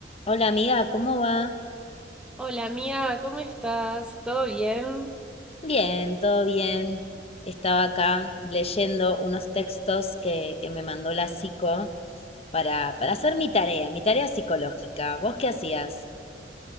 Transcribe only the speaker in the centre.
Hola mía, ¿cómo estás? ¿Todo bien?